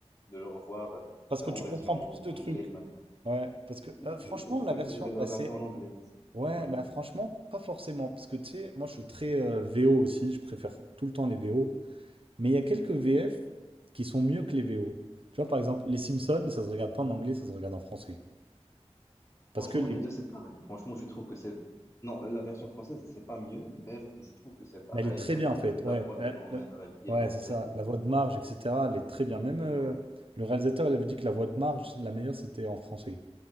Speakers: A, on the left (about 25°); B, on the right (about 55°).
A: de le revoir euh,
B: Parce que
A: en
B: tu
A: version
B: comprends plus
A: ang-
B: de
A: anglais
B: trucs.
A: maintenant.
B: Ouais, parce que
A: Oui,
B: euh, franchement,
A: sur- surtout
B: la
A: que
B: version,
A: là, je vais le
B: bah,
A: regarder
B: c'est,
A: en anglais.
B: ouais,
A: Oui.
B: bah franchement, pas forcément, parce que tu sais, moi je suis très euh, VO aussi, je préfère tout le temps les VO, mais il y a quelques VF qui sont mieux que les VO. Tu vois, par exemple, les Simpsons, ça se regarde pas en anglais, ça se regarde en français. Parce
A: Franchement,
B: que les,
A: les deux, c'est Ah, pareil. Franchement, je trouve que c'est... Non, la version française, c'est pas mieux, mais je trouve que c'est pareil
B: Mais elle est très
A: avec
B: bien en fait.
A: le, la
B: Ouais,
A: voix
B: la-
A: de Homer
B: la-
A: qui
B: ouais,
A: est bien
B: c'est ça.
A: faite et
B: La
A: tout.
B: voix de Marge, etc. Elle est très bien. Même
A: Oui,
B: euh,
A: ben.
B: le réalisateur, il avait dit que la voix de Marge, la meilleure, c'était en français.